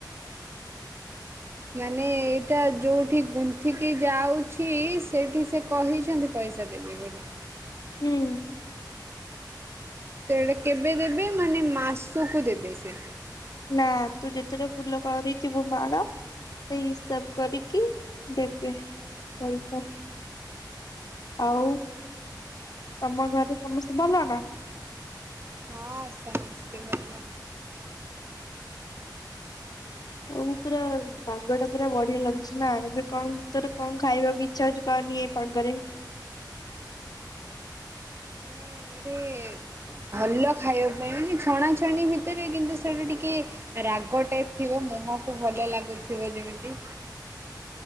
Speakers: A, on the right (about 35°); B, on the left (about 60°).
A: ମାନେ, ଏଇଟା ଯୋଉଠି ଗୁନ୍ଥିକି ଯାଉଛି, ସେଇଠି ସେ କହିଛନ୍ତି। ପଇସା ଦେବେ ବୋଲି।
B: ହୁଁ।
A: ସେ ସେଇଟା କେବେ ଦେବେ? ମାନେ, ମାସକୁ ଦେବେ ସେ।
B: ନାଁ, ତୁ ଯେତେଟା ଫୁଲ କରିଥିବୁ, ମୋର। ଏଇ ହିସାବ କରିକି ଦେବେ ପଇସା। ଆଉ, ତମ ଘରେ ସମସ୍ତେ ଭଲ ନା?
A: ହଁ, ସମସ୍ତେ ଭଲ।
B: ହଁ, ପୁରା <unintelligible> ପୁରା ବଢିଆ ଲାଗୁଛି ନା! ଏବେ କଣ ତୋର କଣ ଖାଇବାକୁ ଇଚ୍ଛା ହଉଛି, କଅନି। ତାଙ୍କରେ
A: ମାନେ ଏଇଟେ ଭଲ ଖାଇବା ପାଇଁ ମାନେ ଛଣାଛଣି ଭିତରେ, କିନ୍ତୁ ସେଇଟା ଟିକେ ରାଗ ଟାଇପ୍ ଥିବ, ମୁହଁକୁ ଭଲ ଲାଗୁଥିବ, ଯେମିତି